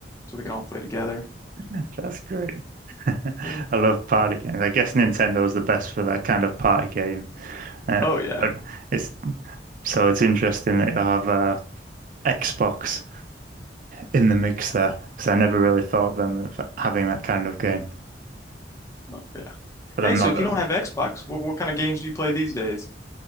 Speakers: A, on the left; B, on the right.
A: So we can all play together.
B: That's great. <laughs> I
A: Yeah.
B: love party games. I guess Nintendo is the best for that kind of party game. Uh,
A: Oh yeah.
B: but it's so it's interesting that you have a Xbox in the mix there because I never really thought of them as having that kind of game.
A: Oh, yeah.
B: But
A: Hey,
B: I'm
A: so
B: not
A: if
B: that.
A: you don't have Xbox, what what kind of games do you play these days?